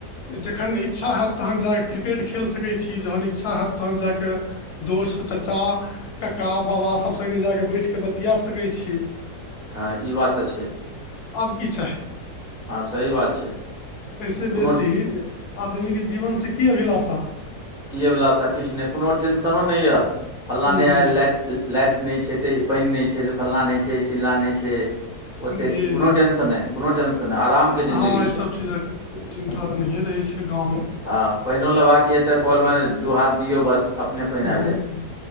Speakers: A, on the left (about 75°); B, in the centre.
A: जखन इच्छा हैत तहन जा क क्रिकेट खेल सकै छी, जहन इच्छा हैत तहन जा के दोस्त, चाचा, कक्का, बाबा सब संग्गे जा क बैठ के बतिया सकै छी।
B: हँ ई बात तऽ छै।
A: आब की चाही,
B: हँ सही बात छै
A: एहि से बेसी
B: कोनो
A: आदमी के जीवन से की अभिलाषा
B: कि अभिलाषा किछ नहि, कोनो टेंशनो नहि यऽ, फल्लाँ
A: जी
B: नहि आयल लाइट-लाइट नहि छै तैं पानि नहि छै, त फलाँ नहि छै, चिल्लाँ नहि छै, ओते
A: जी
B: कोनो
A: जी
B: टेन्शन नहि। कोनो टेन्शन नहि आराम के जिन्दगी
A: हँ ई
B: छै।
A: सब चीजक चिन्ता तऽ नहिए रहै छै गाँवमे।
B: हँ पानिओ लेबाक य त कोल मे दू हाथ दियौ बस अपने पानि आबि
A: हम्म
B: जायत